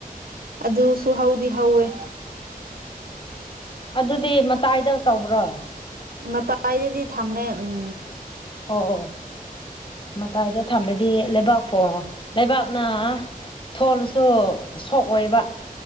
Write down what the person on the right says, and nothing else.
ꯑꯗꯨꯁꯨ ꯍꯧꯗꯤ ꯍꯧꯋꯦ
ꯃꯇꯥꯏꯗꯗꯤ ꯊꯝꯃꯦ ꯎꯝ